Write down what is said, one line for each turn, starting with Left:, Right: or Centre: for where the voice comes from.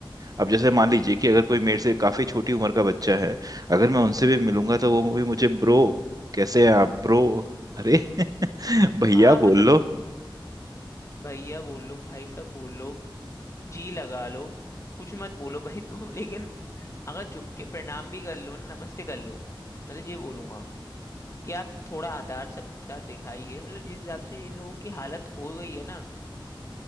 Right: अब जैसे मान लीजिए कि अगर कोई मेरे से काफी छोटी उम्र का बच्चा है अगर मैं उनसे भी मिलूंगा तो वो भी मुझे ब्रो कैसे हैं आप ब्रो अरे <laughs> भैया
Left: हाँ मतलब
Right: बोल लो
Left: भैया बोलो भाई साहब बोलो जी लगा लो कुछ मत बोलो भाई तुम लेकिन अगर झुक के प्रणाम भी कर लो ना नमस्ते कर लो मैं तो ये बोलूंगा कि आप थोड़ा आदर सत्कार दिखाइए मतलब जिस हिसाब से इन लोगों की हालत हो गई है ना